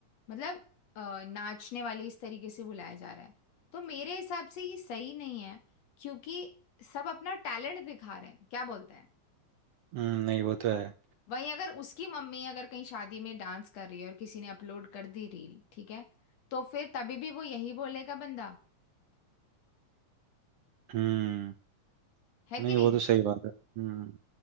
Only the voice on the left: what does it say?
मतलब अ, नाचने वाली इस तरीके से बुलाया जा रहा है तो मेरे हिसाब से ये सही नहीं है क्योंकि सब अपना टैलेंट दिखा रहे हैं क्या बोलते हैं
वहीं अगर उसकी मम्मी अगर कहीं शादी में डांस कर रही है और किसी ने अपलोड कर दी रील ठीक है तो फिर तभी भी वो यही बोलेगा बंदा
है
कि नहीं